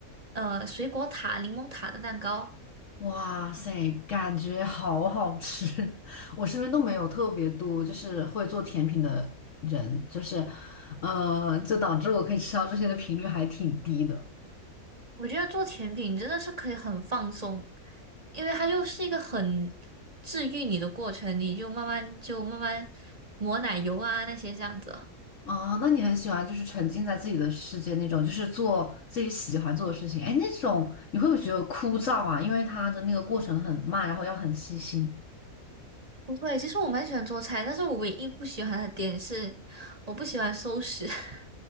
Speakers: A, on the right; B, on the left.
A: 呃水果塔、柠檬塔的蛋糕。
B: 哇塞，感觉好好吃。<laughs> 我身边都没有特别多就是会做甜品的人，就是，呃，就导致我可以吃到这些的频率还挺低的。
A: 我觉得做甜品真的是可以很放松，因为它就是一个很治愈你的过程，你就慢慢就慢慢抹奶油啊那些这样子。
B: 啊，那你很喜欢就是沉浸在自己的世界那种，就是做自己喜欢做的事情。哎，那种你会不会觉得枯燥啊？因为它的那个过程很慢，然后要很细心。
A: 不会，其实我蛮喜欢做菜，但是我唯一不喜欢的点是，我不喜欢收拾。<laughs>